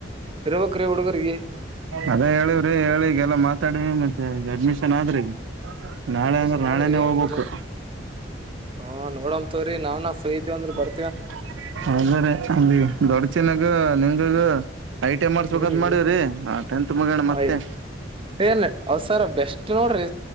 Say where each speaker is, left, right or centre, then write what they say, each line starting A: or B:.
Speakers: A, on the right; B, on the right.
A: ಇರಬೇಕ್ ರಿ ಹುಡುಗುರ್ಗೆ
B: ಅದ ಹೇಳವ್ರಿ ಹೇಳಿಗೆಲ್ಲ ಮಾತಾಡವಿ ಮತ್ತೆ ಈ ಅಡ್ಮಿಷನ್ ಆದ್ರಿಗ ನಾಳೆ
A: ಅಡ್ಮಿಷನ್
B: ಅಂದ್ರೆ ನಾಳೆನೇ
A: ಆದ್ರಿ
B: ಹೋಗ್ಬೇಕು
A: ಅಂದ್ರ ಹಾ ನೋಡಮ ತವ್ರೀ ನಾವನ್ ಫ್ರೀ ಇದವಿ ಅಂದ್ರ ಬರ್
B: <inaudible> ಅದ್ರ ಅಲ್ಲಿ ದೊಡ್ ಚೆನ್ನಗು ನಿಂಗಾಗು ಐ ಟಿಐ ಮಾಡಸ್ಬೇಕಂತ್
A: ಹ್ಮ್
B: ಮಾಡೀವ್ರಿ ಟೆಂತ್ ಮಗಣ ಮತ್ತೆ
A: ಆಯ್ತ್ ಏನ್ ಅವಸರ್ ಬೆಸ್ಟ್ ನೋಡ್ರಿ